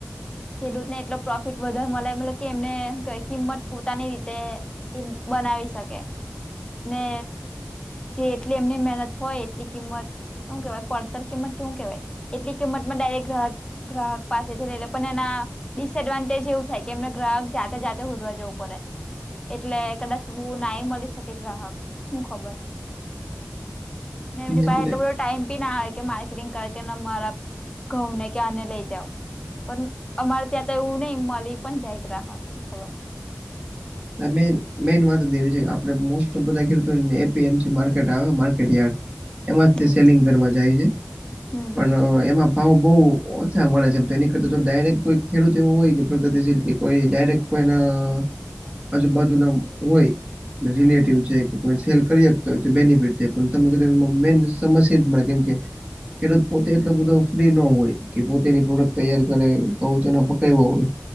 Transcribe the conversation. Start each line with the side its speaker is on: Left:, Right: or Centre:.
Left: ખેડૂતને એટલો પ્રોફિટ વધારે મળે મતલબ કે એમને કિંમત પોતાની રીતે એ બનાવી શકે ને જે એટલી એમની મહેનત હોય એટલી કિંમત એવું કેહેવાય પડતર કિંમત કેવું કેહેવાય એટલી કિંમતમાં ડાયરેક્ટ ગ્રાહક પાસેથી લઈલે પણ એના ડિસએડવાન્ટેજ એવું થાય કે એમને ગ્રાહક જાતે જાતે હોધવા જવું પડે. એટલે કદાચ બોવ નાઈ મળી શકે ગ્રાહક હું ખબર મેં એમની
Right: એટલે
Left: પાહે એટલો બધો ટાઈમ પી ના આવે કે માર્કેટિંગ કર મારા ઘઉં ને કે આ લઈ જાવ. પણ અમારે ત્યાં તો એવું નહી મળી પણ જાય ગ્રાહક શું ખબર
Right: તમે. મેન વાત એવી છે કે આપડે મોસ્ટ બધા ખેડૂતોને એપીએમસી માર્કેટ આવે માર્કેટ યાર્ડ એમાં જ તે
Left: હમ
Right: સેલિંગ કરવા જાય છે.
Left: હમ
Right: પણ એમાં ભાવ બહુ ઓછા મળે છેમ તો એની કરતા ડાયરેક્ટ કોઈ ખેડૂત એવું હોય કે પ્રગતિશીલ કે કોઈ ડાયરેક્ટ કોઈના આજુબાજુ ના હોય. રિલેટિવ છે કે કોઈ સેલ કરી શકતો હોય તો બેનિફિટ થ પણ તમે જો મેન સમસ્યા જ મળ કેમ કે ખેડૂત પોતે એટલો બધો ફ્રી ન હોય કે પોતેની પ્રોડક્ટ તૈયાર કરે <unintelligible> હોય.